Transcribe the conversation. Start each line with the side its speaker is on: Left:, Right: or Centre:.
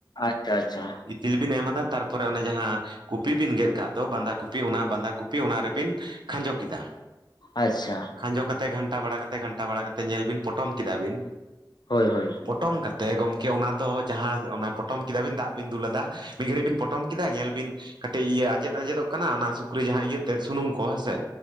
Left: ᱟᱪᱪᱷᱟ ᱟᱪᱪᱷᱟ᱾
Right: ᱤᱛᱤᱞ ᱵᱤᱱ ᱮᱢᱟᱫᱟ ᱛᱟᱨᱯᱚᱨᱮ ᱚᱱᱮ ᱡᱟᱦᱟᱸᱼᱼ ᱠᱚᱯᱤ ᱵᱤᱱ ᱜᱮᱫ ᱠᱟᱜ ᱫᱚ ᱵᱟᱸᱫᱷᱟ ᱠᱚᱯᱤ ᱚᱱᱟ ᱵᱟᱸᱫᱷᱟ ᱠᱚᱯᱤ ᱚᱱᱟ ᱨᱮᱵᱤᱱ ᱠᱷᱟᱸᱡᱚ ᱠᱮᱫᱟ᱾
Left: ᱟᱪᱪᱷᱟ᱾
Right: ᱠᱷᱟᱸᱡᱚ ᱠᱟᱛᱮ ᱜᱷᱟᱱᱴᱟ ᱵᱟᱲᱟ ᱠᱟᱛᱮ ᱜᱷᱟᱱᱴᱟ ᱵᱟᱲᱟ ᱠᱟᱛᱮ ᱧᱮᱞ ᱵᱤᱱ ᱯᱚᱴᱚᱢ ᱠᱮᱫᱟ ᱵᱤᱱ᱾
Left: ᱦᱳᱭ ᱦᱳᱭ᱾
Right: ᱯᱚᱴᱚᱢ ᱠᱟᱛᱮ ᱜᱚᱢᱠᱮ ᱚᱱᱟ ᱫᱚ ᱡᱟᱦᱟᱸ ᱚᱱᱟ ᱯᱚᱴᱚᱢ ᱠᱮᱫᱟᱵᱤᱱ ᱫᱟᱜ ᱵᱤᱱ ᱫᱩᱞ ᱟᱫᱟ᱾ ᱢᱤᱫ ᱜᱷᱟᱹᱲᱤᱡ ᱵᱤᱱ ᱯᱚᱴᱚᱢ ᱠᱮᱫᱟ ᱧᱮᱞ ᱵᱤᱱᱼᱼ ᱠᱟᱹᱴᱤᱡ ᱤᱭᱟᱹ ᱟᱸᱡᱮᱫ ᱟᱸᱡᱮᱫᱚᱜ ᱠᱟᱱᱟ ᱚᱱᱟ ᱥᱩᱠᱨᱤ ᱡᱟᱦᱟᱸ ᱤᱭᱟᱹ ᱛᱮᱫ ᱥᱩᱱᱩᱢ ᱠᱚ ᱦᱮᱸᱥᱮ